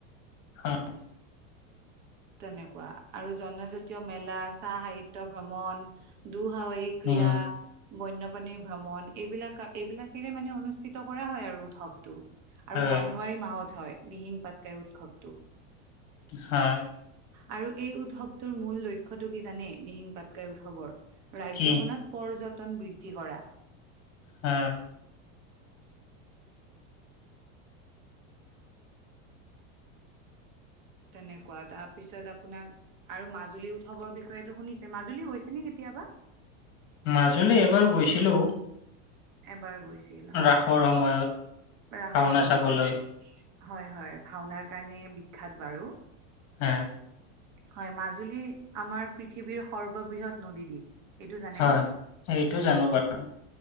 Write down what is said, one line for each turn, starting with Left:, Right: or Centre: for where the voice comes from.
Left: হয় <inaudible>
Right: তেনেকুৱা আৰু জনজাতীয় মেলা, চাহ সাহিত্য ভ্ৰমণ, দুঃসাহসিক <unintelligible> ক্ৰিয়া
Left: উম,
Right: বন্যপ্ৰাণীৰ ভ্ৰমণ এইবিলাক কা এইবিলাকেৰে মানে অনুষ্ঠিত কৰা হয় আৰু উৎসৱটো। আৰু
Left: হয়,
Right: জানুৱাৰী মাহত হয়, দিহিং পাটকাই উৎসৱটো।
Left: হয়।
Right: আৰু এই উৎসৱটোৰ মূল লক্ষ্যটো কি জানে, দিহিং পাটকাই উৎসৱৰ? ৰাজ্যখনত
Left: কি?
Right: পৰ্যটন বৃদ্ধি কৰা।
Left: অ।
Right: তেনেকুৱা তাৰপিছত আপোনাক আৰু মাজুলী উৎসৱৰ বিষয়েতো শুনিছে? মাজুলী গৈছে নে কেতিয়াবা?
Left: মাজুলী এবাৰ গৈছিলোঁ।
Right: এবাৰ গৈছিল হয়,
Left: ৰাসৰ সময়ত
Right: ৰাসৰ
Left: ভাওনা
Right: সময়ত।
Left: চাবলৈ
Right: হয় হয়, ভাওনাৰ কাৰণে বিখ্যাত বাৰু।
Left: এহেত
Right: হয়, মাজুলী আমাৰ পৃথিৱীৰ সৰ্ববৃহৎ নদীদ্বীপ। এইটো জানেনে
Left: হয়, সেইটো জানোঁ বাৰু।